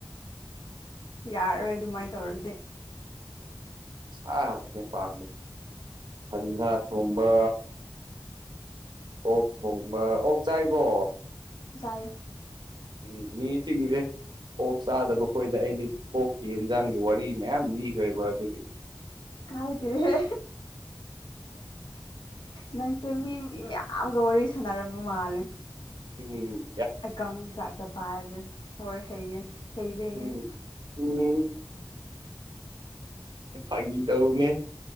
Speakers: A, on the left; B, on the right.
A: ꯌꯥꯔꯔꯣꯏ ꯑꯗꯨꯃꯥꯏ ꯇꯧꯔꯗꯤ
B: ꯁꯥ ꯉꯥꯛꯇꯅꯦ ꯄꯥꯝꯃꯤꯖꯤ ꯐꯟꯕꯥ ꯊꯣꯡꯕ ꯑꯣꯛ ꯊꯣꯡꯕ ꯑꯣꯛ ꯆꯥꯏꯀꯣ
A: ꯖꯥꯏ
B: ꯎꯝ ꯃꯤ ꯆꯤꯛꯖꯦ ꯑꯣꯛ ꯆꯥꯗꯕꯈꯣꯏꯗ ꯑꯩꯗꯤ ꯑꯣꯛꯀꯤ ꯏꯟꯖꯥꯡꯒꯤ ꯋꯥꯔꯤ ꯃꯌꯥꯝ ꯂꯤꯒ꯭ꯔꯦꯕ ꯑꯗꯨꯒꯤ
A: ꯀꯥꯏꯗꯦꯍꯦ ꯅꯪꯁꯦ ꯃꯤ ꯃꯤ ꯃꯌꯥꯝ ꯑꯥꯝꯒ ꯋꯥꯔꯤ ꯁꯥꯟꯅꯔꯕ ꯃꯥꯜꯂꯦ
B: ꯆꯤꯃꯤꯅꯨꯞ
A: ꯑꯦꯀꯪ ꯖꯥꯠꯇ ꯄꯥꯏꯒ꯭ꯔ‌ꯦ ꯍꯣꯏ ꯍꯩꯌꯦ ꯍꯩꯕꯩꯅꯦ
B: ꯎꯝ ꯎꯝ ꯐꯥꯒꯤ ꯇꯧꯕꯅꯦ